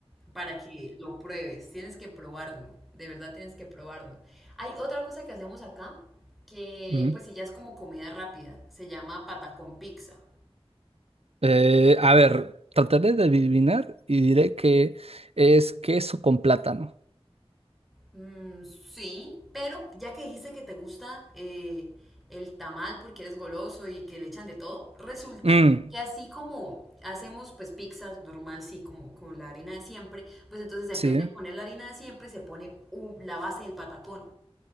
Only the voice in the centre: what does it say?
para que lo pruebes. Tienes que probarlo, de verdad tienes que probarlo. Hay otra cosa que hacemos acá que
pues si ya es como comida rápida, se llama patacón pizza.
Mm, sí, pero ya que dijiste que te gusta eh, el tamal porque eres goloso y que le echan de todo, resulta
que así como hacemos pues pizzas normal, sí, como con la harina de siempre, pues entonces en
vez de poner la harina de siempre se pone un- la base del patacón